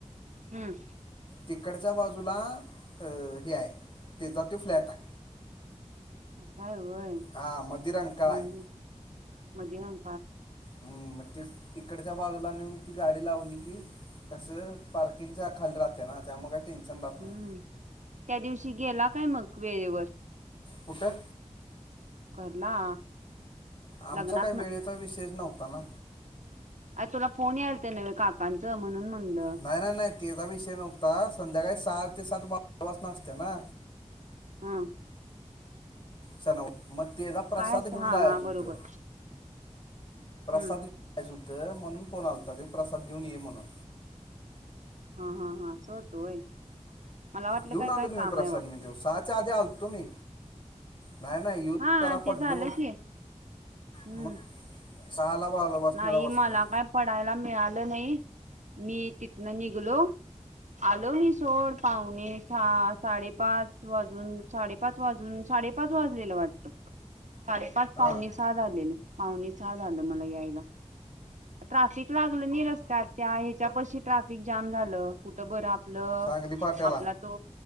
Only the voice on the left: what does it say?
तिकडच्या बाजूला, हे आहे. त्याचा तो फ्लॅट आहे.
हां मध्ये रंकाळा
आहे
हम्, मग ते इकडच्या बाजूला नेऊन ती गाडी लावली की, तसं पार्किंगच्या खाली राहतें ना. त्यामुळे टेन्शन राहत नाही
कुठं?
आमचा,
काही
वेळेचा विषयच नव्हता ना?
नाही. नाही. नाही. तेचा विषय नव्हता, संध्याकाळी सहा ते सात. बारा वाजता असतोय ना.
तसं नव्हे, मग तेचा प्रसाद
घेऊन
जायचं
होतं.
प्रसाद
घ्यायचा होतं, म्हणून फोन आलता, तो प्रसाद घेऊन ये म्हणून.
घेऊन
आलो
की
मी प्रसाद.
मी, सहाच्या आधी आलतो मी. नाही-नाही, येऊन
जरा
पडलो.
मग सहाला बाला बसण्याला
बसलो
हां
सांगली फाट्याला